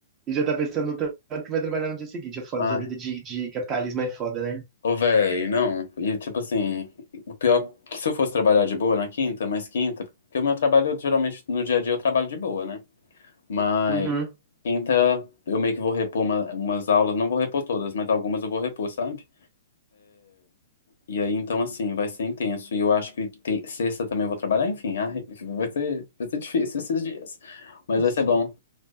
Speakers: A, on the right; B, on the left.
A: e já tá pensando no tanto que vai trabalhar no dia seguinte. É foda,
B: Ai,
A: essa vida de, de capitalismo é foda, né?
B: ô véi, não. E tipo assim, o pior é que se eu fosse trabalhar de boa na quinta, mas quinta, porque o meu trabalho geralmente no dia a dia eu trabalho de boa, né? Mas
A: Uhum.
B: quinta eu meio que vou repor uma- umas aulas, não vou repor todas, mas algumas eu vou repor, sabe? E aí, então, assim, vai ser intenso. E eu acho que te- sexta também eu vou trabalhar. Enfim, ai, vai ser, vai ser difícil esses dias. Mas
A: Nossa,
B: vai ser bom.